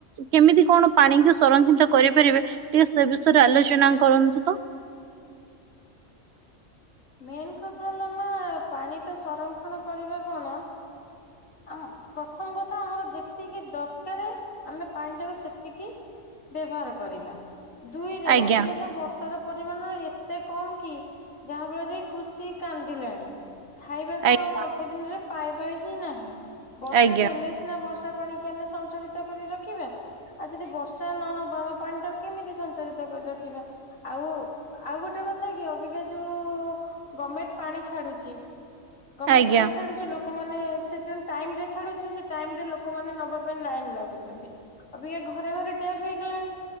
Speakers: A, on the right; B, on the left.
A: କେମିତି କଣ ପାଣିିକି ସଂରକ୍ଷିତ କରିପାରିବେ ଟିକେ ସେ ବିଷୟରେ ଆଲୋଚନା କରନ୍ତୁ ତ।
B: ମେନ୍ କଥା ହେଲା ମା ପାଣି ତ ସଂରକ୍ଷଣ କରିବା କଣ ଆ ପ୍ରଥମ କଥା ଆମର ଯେତିକି ଦରକାର ଆମେ ପାଣି ଟାକୁ ସେତିକି ବ୍ୟବହାର କରିବା। ଦୁଇରେ
A: ଆଜ୍ଞା
B: ଅଭିକା ତ ବର୍ଷା ର ପରିମାଣ ଏତେ କମ୍ କି ଯାହାଫଳରେ କୃଷି କାନ୍ଦିଲାଣି ଖାଇବାକୁ
A: ଆଜ୍ଞା
B: ଆଉ ଅଳ୍ପ ଦିନରେ ପାଇବା ହିଁ ନାହିଁ, ବର୍ଷା
A: ଆଜ୍ଞା
B: ହେଲେ ସିନା ବର୍ଷା ପାଣି କି ଆମେ ସଞ୍ଚରିତ କରି ରଖିବା। ଆଉ ଯଦି ବର୍ଷା ନହବ ଆମେ ପାଣି ଟା କୁ କେମିତି ସଞ୍ଚାରିତ କରି ରଖିବା, ଆଉ ଆଉ ଗୋଟେ କଥା କି ଅବିକା ଯୋଉ ଗମେଣ୍ଟ ପାଣି ଛାଡୁଛି, ଗମେଣ୍ଟ
A: ଆଜ୍ଞା
B: ପାଣି ଛାଡୁଛି ଲୋ ଲୋକମାନେ ସେଥି ଟାଇମ ରେ ଛାଡୁଚି ସେ ଟାଇମ ରେ ଲୋକମାନେ ନବା ପାଇଁ ଲାଇନ ଲାଗୁଛନ୍ତି। ଅଭିକା ଘରେ ଘରେ ଟ୍ୟାପ ହେଇଗଲାଣି,